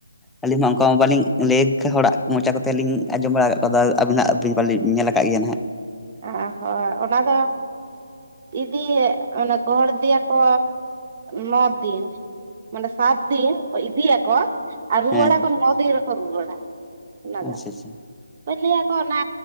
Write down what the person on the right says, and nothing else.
ᱚ ᱦᱚᱭ ᱚᱱᱟ ᱫᱚ ᱤᱫᱤᱭᱮ, ᱢᱟᱱᱮ ᱜᱚᱦᱚᱲ ᱫᱤᱭᱟᱠᱚ ᱱᱚ ᱫᱤᱱ ᱢᱟᱱᱮ ᱥᱟᱛ ᱫᱤᱱ ᱤᱫᱤᱭᱟᱠᱚ ᱟᱨ ᱨᱩᱣᱟᱹᱲᱟᱠᱚ
ᱱᱚ ᱫᱤᱱ ᱨᱮᱠᱚ ᱨᱩᱣᱟᱹᱲᱟ ᱚᱱᱟ
ᱫᱚ
ᱦᱳᱭ ᱞᱟᱹᱭᱟᱠᱚ ᱚᱱᱟ